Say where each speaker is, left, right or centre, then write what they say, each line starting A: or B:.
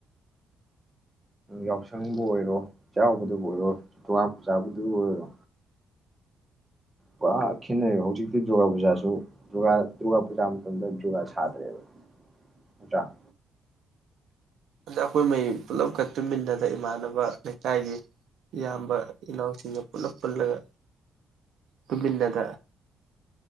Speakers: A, on the right; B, on the right.
A: ꯌꯥꯎꯁꯡꯕꯨ ꯑꯣꯏꯔꯣ ꯆꯩꯔꯥꯎꯕꯗꯕꯨ ꯑꯣꯏꯔꯣ ꯗꯨꯔꯒꯥ ꯄꯨꯖꯥꯕꯨꯗꯨ ꯑꯣꯏꯔꯣ ꯄꯨꯔꯥ ꯈꯦꯟꯅꯩꯕ ꯍꯧꯖꯤꯛꯇꯤ ꯗꯨꯔꯒꯥꯄꯨꯖꯁꯨ ꯗꯨꯔꯒꯥꯄꯨꯖꯥ ꯃꯇꯝꯗ ꯖꯨꯒꯥ ꯁꯗ꯭ꯔꯦꯕ ꯅꯥꯠꯇ꯭ꯥꯔ
B: ꯑꯩꯈꯣꯏ ꯃꯔꯤ ꯄꯨꯂꯞꯀ ꯇꯨꯝꯃꯤꯟꯅꯗ ꯏꯃꯥꯟꯅꯕ ꯂꯩꯀꯥꯏꯒꯤ ꯏꯌꯥꯝꯕ ꯏꯅꯥꯎꯁꯤꯡꯒ ꯄꯨꯂꯞ ꯄꯨꯜꯂꯒ ꯇꯨꯝꯃꯤꯟꯅꯒ